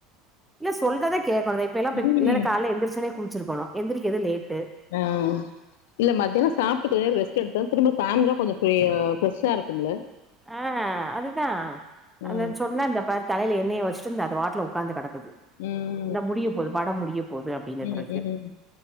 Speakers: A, in the centre; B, on the left (about 75°).
A: இல்ல சொல்றத கேக்கனு தோ இப்ப எல்லா
B: ம்.
A: எல்ல காலைல எந்திர்சோனே குளிசிர்க்கனு எந்திரிக்கது லேட்டு
B: ம் இல்ல மதியானோ சாப்டுட்டு ரெஸ்ட் எடுத்தா திரும்ப சாந்த்ரோ கொஞ்சோ ஃப்ரே ஃப்ரெஷ்ஷா இருக்கும்ல
A: ஆ அதுதா
B: ம்
A: அத சொன்ன இந்த பாரு தலயில எண்ணெய வச்ட்டு இந்த பாட்லு உக்காந்து கடக்குது
B: ம்
A: இந்தா முடிய போது படோ முடிய போது அப்டினுட்ருக்கு
B: ம் ம்